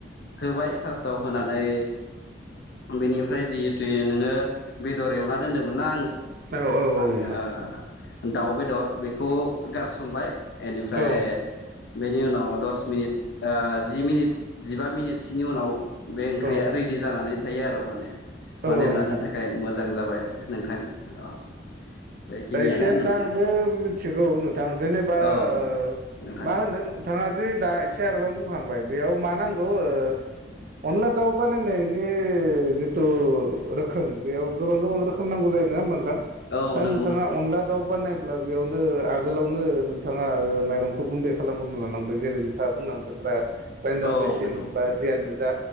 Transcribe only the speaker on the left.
होबाय फार्स्टाव होनानै बेनिफ्राय जिहेतु नोङो बेदर एवना दोन्दोंमोन ना
आङो
आङो दाउ बेदर बेखौ गारसनबाय एनिफ्राय
ओ। बेनि उनाव दस मिनिट ओ जि मिनिट जिबा मिनिटसोनि उनाव बे ओंख्रिया।
रेडि जानानै थायो आरो माने माने
जानो
थाखाय मोजां जाबाय नोंथां औ बेखिनियानो
नों
औ
नोंथां
औ नोंगौ।
औ
नंगौ
नोंथां